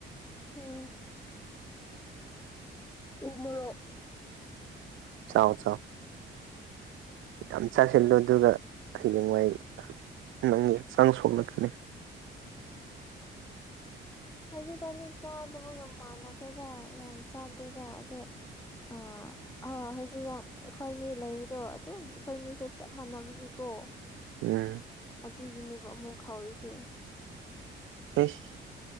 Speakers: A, on the left (about 15°); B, on the right (about 80°).
A: ꯎꯝ ꯎ ꯃ‌ꯣꯔꯣꯛ
B: ꯆꯥꯎ ꯆꯥꯎ ꯌꯥꯝ ꯆꯥꯁꯤꯜꯂꯨ ꯑꯗꯨꯒ ꯍꯌꯦꯡꯋꯥꯏ ꯅꯪꯒꯤ ꯍꯛꯆꯥꯡ ꯁꯣꯛꯂꯛꯀꯅꯤ
A: ꯍꯧꯖꯤꯛꯀꯥꯟꯗꯤ ꯆꯥꯗꯕꯒ ꯃꯥꯟꯅꯈ꯭ꯔꯦꯗ ꯌꯥꯝ ꯆꯥꯗ꯭ꯔ‌ꯦꯗ ꯑꯗꯣ ꯑꯥ ꯑ ꯍꯧꯖꯤꯛꯀꯥꯟ ꯑꯩꯈꯣꯏꯅꯤ ꯂꯩꯕꯗꯣ ꯑꯗꯨꯝ ꯑꯩꯈꯣꯏꯅꯤꯁꯦ ꯆꯞ ꯃꯥꯟꯅꯕꯒꯤꯀꯣ
B: ꯎꯝ
A: ꯑꯗꯨꯒꯤꯅꯦꯕ ꯑꯃꯨꯛ ꯈꯥꯎꯔꯤꯁꯦ
B: ꯑꯩꯁ